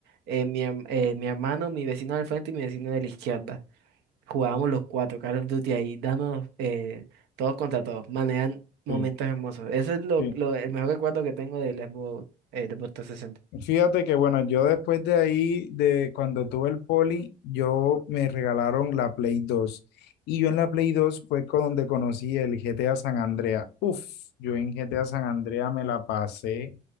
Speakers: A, on the right; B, on the left.
A: eh, mi, herm- eh, mi hermano, mi vecino del frente y mi vecino de la izquierda, jugábamos los cuatro Call of Duty ahí, dándonos eh, todos contra todos, manejan momentos
B: sí.
A: hermosos, ese es lo,
B: Sí.
A: lo- el mejor recuerdo que tengo del Xbox, eh, del Xbox 360.
B: Fíjate que bueno, yo después de ahí, de cuando tuve el poli, yo me regalaron la Play dos Y yo en la Play dos fue con donde conocí el GTA San Andrea. Uf, yo en GTA San Andrea me la pasé